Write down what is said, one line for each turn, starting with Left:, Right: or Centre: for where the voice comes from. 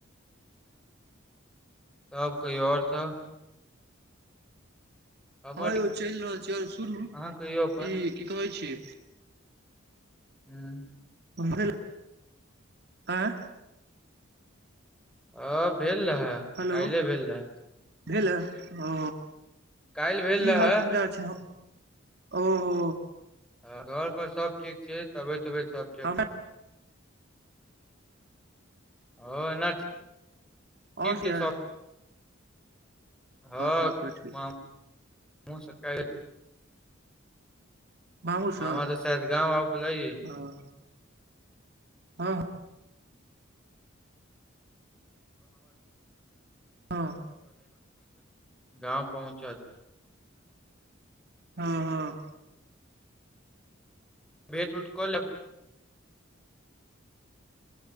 Centre: तब कहियो आओर सब हमर
Right: हँ यौ चलि रहल छी आरो सुनू
Centre: अहाँ कहियौ अपन
Right: ई की कहै छी
Centre: हूँ
Right: ओ ल आय
Centre: आ भेल रहै
Right: हेलो
Centre: काल्हि भेल रहै
Right: भेलअ ओ
Centre: काल्हि भेल
Right: की
Centre: रहै
Right: हाल समचा छै ओहो
Centre: अ घर पर सब ठीक छै तब तबत सबठ
Right: हमरा
Centre: ओ एना
Right: आओ
Centre: ठीक
Right: किये
Centre: छै सब हँ
Right: तब तऽ ठीक
Centre: मा मो से का
Right: मामू सब
Centre: ममाा त शायद गाँव आव लै
Right: हँ हँ हँ
Centre: गाँव पहुँचत <unintelligible>
Right: हँ हँ
Centre: भेट उठक ले